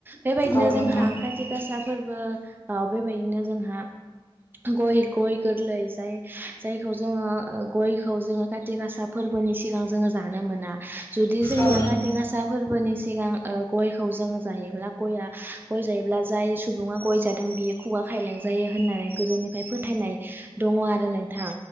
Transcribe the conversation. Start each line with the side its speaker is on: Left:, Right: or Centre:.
Right: बेबायदिनो
Left: औ नोंथां
Right: जोंहा खाथि गासा फोरबो अ बेबायदिनो जोंहा गय गय गोरलै जाय जायखौ जोङो गयखौ जोङो खाथि गासा फोर बोनि सिगां जोङो जानो मोना। जुदि जोंनिया
Left: औ
Right: खााथि गासा फोरबोनि सिगां ओ गयखौ जोङो जायोब्ला गय जायोब्ला जाय सुबुङा गय जादों बेयो खुगा खायलेंजायो होननानै गोदो निफ्राय फोथायनाय दङ आरो नों थां